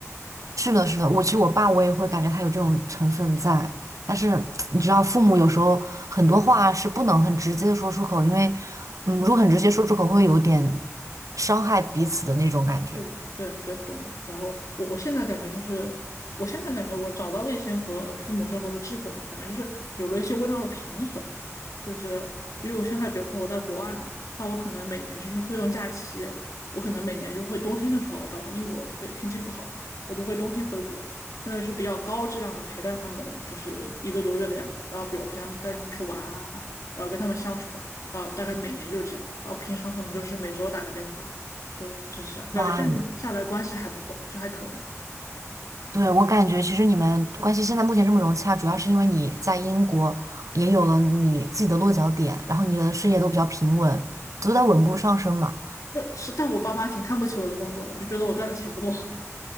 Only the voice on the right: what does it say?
是的，是的，我其实我爸我也会感觉他有这种成分在，但是你知道，父母有时候很多话是不能很直接的说出口，因为嗯，如果很直接说出口，会有点伤害彼此的那种感觉。
哇，
对，我感觉其实你们关系现在目前这么融洽，主要是因为你在英国也有了你自己的落脚点，然后你的事业都比较平稳，都在稳步上升嘛。